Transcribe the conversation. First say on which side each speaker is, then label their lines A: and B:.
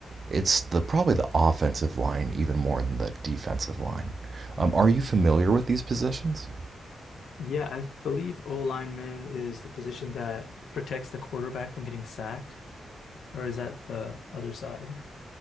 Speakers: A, on the right; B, on the left.
A: it's the probably the offensive line even more than the defensive line.
B: Mhm.
A: Um, are you familiar with these positions?
B: Yeah, I believe O lineman is the position that protects the quarterback from getting sacked, or is that the other side?